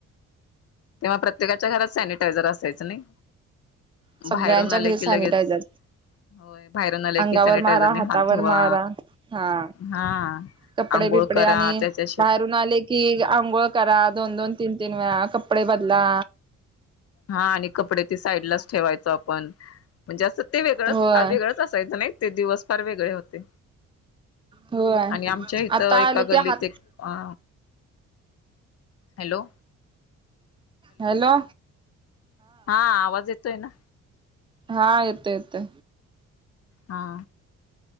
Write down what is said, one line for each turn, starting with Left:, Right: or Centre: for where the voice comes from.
Left: तेव्हा प्रत्येकाच्या घरात सॅनिटायझर असायचं नाही.
Right: सगळ्यांच्या
Left: बाहेरून आले
Right: घरी
Left: की
Right: सॅनिटायझर
Left: लगेच होय बाहेरुन आले की
Right: अंगावर
Left: सॅनिटायझरने
Right: मारा हातावर
Left: हात धुवा
Right: मारा हा
Left: हा
Right: कपडे
Left: आंघोळ
Right: बिपडे
Left: करा
Right: आणि
Left: त्याच्या
Right: बाहेरून आले की आंघोळ करा दोन दोन तीन तीन वेळा कपडे बदला
Left: हा आणि कपडे ते साईड लाच ठेवायचं आपण म्हणजे अस ते वेगळंच
Right: होय
Left: वेगळंच असायचं नाही ते दिवस फार वेगळे होते
Right: होय
Left: आणि आमच्या इथं
Right: आता
Left: एका
Right: आले की
Left: गल्लीत
Right: हात
Left: एक अ हॅलो.
Right: हॅलो.
Left: हा आवाज येतोय ना?
Right: हा येतोय येतोय.
Left: हा.